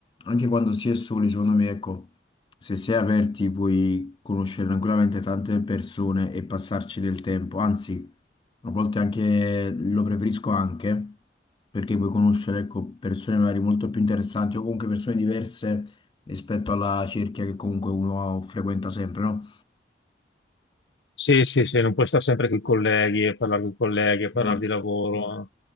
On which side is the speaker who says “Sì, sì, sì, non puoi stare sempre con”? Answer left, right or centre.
Left